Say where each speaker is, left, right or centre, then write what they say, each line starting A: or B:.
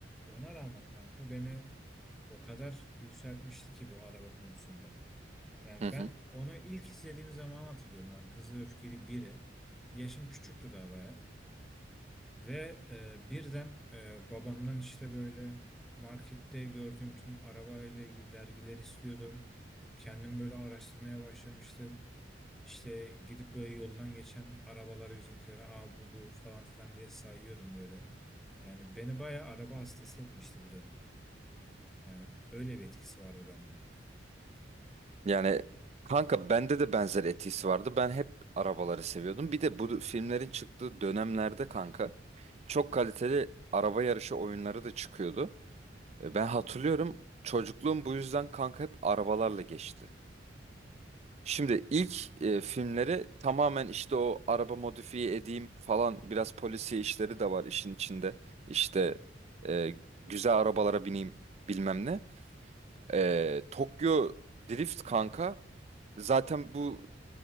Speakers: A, in the centre; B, on the right.
A: Ona rağmen kanka beni o kadar yükseltmişti ki bu araba konusunda. Yani
B: Hı hı.
A: ben onu ilk izlediğim zaman hatırlıyorum abi. Hızlı ve Öfkeli biri Yaşım küçüktü daha baya. Ve e, birden e, babamdan işte böyle markette gördüğüm tüm araba ile ilgili dergiler istiyordum. Kendim böyle araştırmaya başlamıştım. İşte gidip böyle yoldan geçen arabaları bizimkilere aa bu bu falan filan diye sayıyordum böyle. Yani beni bayağı araba hastası etmişti bir dönem. Yani öyle bir etkisi vardı bende.
B: Yani kanka bende de benzer etkisi vardı. Ben hep arabaları seviyordum. Bir de bu filmlerin çıktığı dönemlerde kanka çok kaliteli araba yarışı oyunları da çıkıyordu. E, Ben hatırlıyorum
A: Anladım.
B: çocukluğum bu yüzden kanka hep arabalarla geçti. Şimdi ilk e, filmleri tamamen işte o araba modifiye edeyim falan biraz polisiye işleri de var işin içinde. İşte e, güzel arabalara bineyim bilmem ne. E, Tokyo Drift kanka Zaten bu